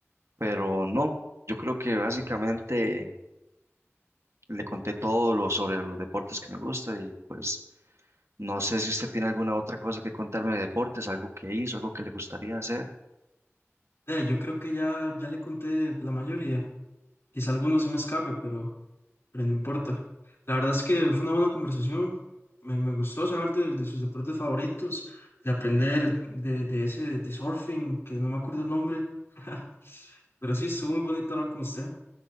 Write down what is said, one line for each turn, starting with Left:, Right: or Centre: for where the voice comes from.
Right: Pero no, yo creo que básicamente le conté todo lo sobre los deportes que me gusta y pues No sé si usted tiene alguna otra cosa que contarme de deportes, algo que hizo, algo que le gustaría hacer.
Left: Eh, yo creo que ya, ya le conté la mayoría. Quizá alguno se me escape, pero, pero no importa. La verdad es que fue una buena conversación. Me, me gustó saber de, de sus deportes favoritos, de aprender de, de ese de surfing, que no me acuerdo el nombre. <laughs> Pero sí, estuvo muy bonito hablar con usted.